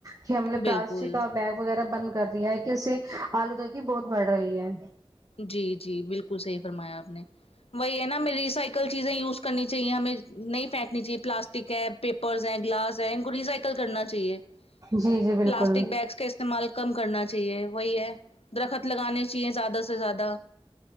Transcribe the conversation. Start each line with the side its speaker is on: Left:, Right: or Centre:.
Right: کہ ہم نے
Left: بالکل
Right: پلاسٹک کا بیگ وغیرہ بند کر دیا ہے کہ اس سے آلودگی بہت بڑھ رہی ہے
Left: جی جی بالکل صحیح فرمایا آپ نے وہی ہے نا ہمیں ریسائ کل چیزیں یوز کرنی چاہیے ہمیں نہیں پھینکنی چاہے پلاسٹک ہے پیپرز ہے گلاس ہے ان کو ریسائیک کل کرنا چاہیے
Right: جی جی بالکل
Left: پلاسٹک بیگس کے است تعمال کم کرنا چاہیے وہی ہے درخت لگانے چاہیے زیادہ سے زیادہ